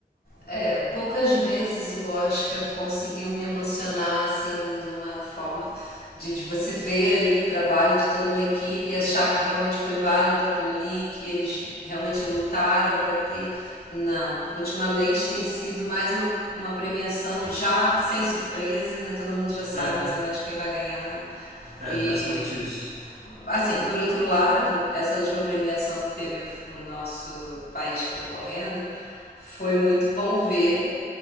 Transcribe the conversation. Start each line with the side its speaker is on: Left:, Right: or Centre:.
Left: É, poucas vezes o Oscar conseguiu me emocionar assim de uma forma de, de você ver ali o trabalho de toda uma equipe e achar que realmente foi válido aquilo ali, que eles realmente lutaram para ter. Não, ultimamente tem sido mais uma, uma premiação já sem surpresa, né? Todo mundo já sabe
Right: É,
Left: mais ou menos quem vai ganhar.
Right: é
Left: E
Right: basicamente isso.
Left: Assim, por outro lado, essa última premiação que teve o, o nosso país concorrendo foi muito bom ver